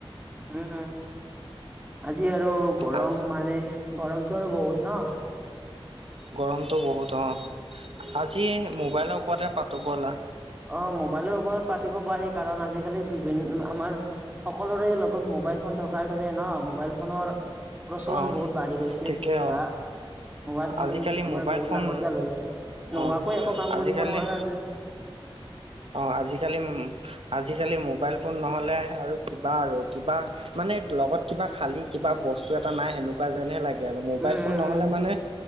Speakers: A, on the right; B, on the right.
A: উম, আজি আৰু গৰম
B: আজ
A: মানে গৰম। টো আৰু বহুত ন।
B: গৰমতটো বহুত অ' আজি মোবাইলৰ ওপৰতে পাতো বলা।
A: অ' মোবাইলৰ ওপৰত পাতিব পাৰি কাৰণ আজিকালি বিভিন আমাৰ সকলোৰে লগত মোবাইল ফোন থকাৰ দৰে ন মোবাইল ফোনৰ প্ৰচলন
B: অ
A: বহুত বাঢ়ি গৈছে
B: ঠিকে অ
A: বা। মোবাইল ফোন
B: আজিকালি
A: আমাৰ
B: মোবাইল
A: বহুত
B: ফোন
A: লাগতিয়াল লৈ গৈছে, নোহোৱাকৈ
B: অ
A: একো কাম
B: আজিকালি
A: কৰিব নোৱাৰা তে।
B: অ' আজিকালি উম আজিকালি মোবাইল ফোন নহ'লে। আৰু কিবা আৰু কিবা মানে লগত কিবা খালি কিবা বস্তু এটা নাই সেনেকুৱা যেনহে লাগে। মোবাইল
A: উম উম
B: ফোন নহ'লে
A: উম
B: মানে